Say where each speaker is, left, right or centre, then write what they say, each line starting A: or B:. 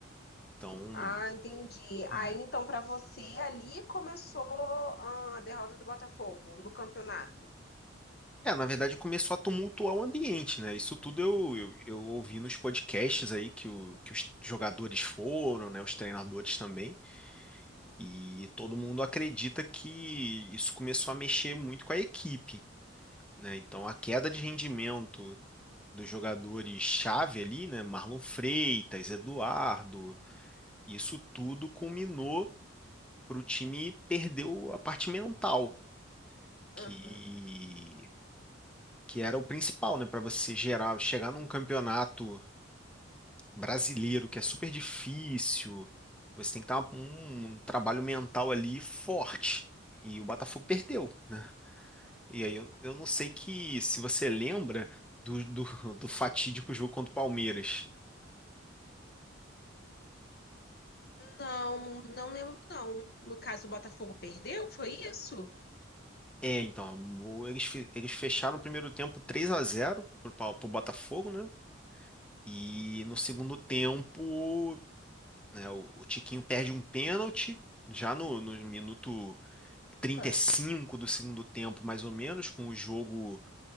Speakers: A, in the centre; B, on the left (about 50°).
A: Então,
B: Ah, entendi.
A: é,
B: Aí então para você ali começou ah, a derrota do Botafogo no campeonato.
A: É, na verdade começou a tumultuar o ambiente, né? Isso tudo eu, eu, eu ouvi nos podcasts aí que, o, que os jogadores foram, né? Os treinadores também. E todo mundo acredita que isso começou a mexer muito com a equipe, né? Então a queda de rendimento dos jogadores-chave ali, né? Marlon Freitas, Eduardo, isso tudo culminou para o time perder o- a parte mental. Que
B: Aham.
A: que era o principal, né, para você gerar, chegar num campeonato brasileiro que é super difícil, você tem que estar um, um trabalho mental ali forte. E o Botafogo perdeu, né? E aí eu, eu não sei que se você lembra do, do, <laughs> do fatídico jogo contra o Palmeiras.
B: Não, não lembro não. No caso o Botafogo perdeu, foi isso?
A: É, então, o- eles, fe- eles fecharam o primeiro tempo 3 a zero pro, Pau- pro Botafogo, né? E no segundo tempo, né, o, o Tiquinho perde um pênalti já no, no minuto trinta
B: Ah,
A: e cinco do segundo tempo, mais ou menos, com o jogo